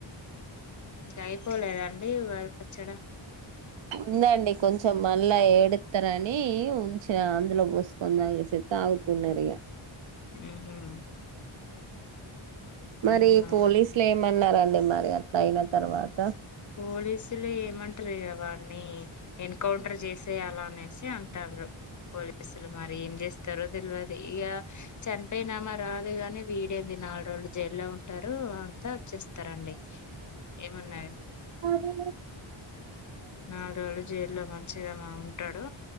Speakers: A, on the left; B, on the right.
A: ఇంకా అయిపోలేద అండీ ఉగాది పచ్చడా
B: ఉందండి కొంచం మళ్ళా ఏడుతరనీ ఉంచిన అందులో పోసుకొనితాగేసె తాగుతున్నరు ఇగ
A: ఊహు
B: మరి
A: అవునవును
B: పోలీసులు ఏమన్నరండి మరి ఇగ అట్లా అయిన తర్వాత
A: పోలీస్ సులు ఏమంటరు ఇగ వాని ఎన్కౌంటర్ చేసేయాల అనేసి అంటారు పోలి అసలు మరి ఏం చేస్తారో తెలియది ఇగా చనిపోయినామా రాదుగాని వీడేదినల్ రో వాళ్ళు జైల్లో ఉంటారు అంతా వచ్చేస్తారండి ఏమున్నాయి
B: అదీ
A: నల్ రోలు జైల్లో మంచిగా మా ఉంటడు